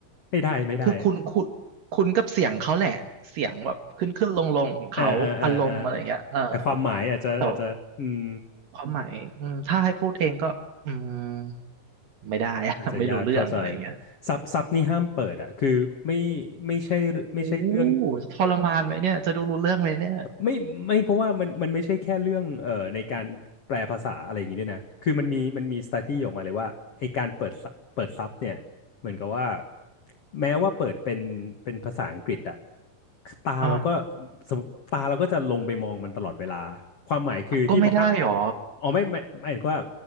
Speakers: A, on the left; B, on the right.
A: ไม่ได้ไม่ได้
B: คือคุณคุณคุณกับเสียงเขาแหละเสียงแบบขึ้นขึ้นลงลงของเขาอารมณ์อะไรอย่างเงี้ยเออ
A: อ่าอ่าอ่าอ่าแต่ความหมายอาจจะอาจจะอืม
B: แต่ความหมายอืมถ้าให้พูดเองก็อืมไม่ได้อะ <laughs>
A: อาจจะยากเข้าใจ
B: ไม่รู้เรื่องอะไรอย่างเงี้ย
A: ซับซับนี่ห้ามเปิดอ่ะคือไม่ไม่ใช่ไม่ใช่เรื่อง
B: โอ้ทรมานไหมเนี่ยจะดูรู้เรื่องไหมเนี่ย
A: ไม่ไม่เพราะว่ามันมันไม่ใช่แค่เรื่องเอ่อในการแปลภาษาอะไรอย่างนี้ด้วยนะคือมันมีมันมี study ออกมาเลยว่าไอการเปิดซับเปิดซับเนี่ยเหมือนกับว่าแม้ว่าเปิดเป็นเป็นภาษาอังกฤษอะตาเราก็
B: อ่า
A: สมมติตาเราก็จะลงไปมองมันตลอดเวลาความหมายคือที่บอกห้าม
B: ก็ไม่ได้หรอ
A: อ๋อไม่ไม่หมายถึงว่า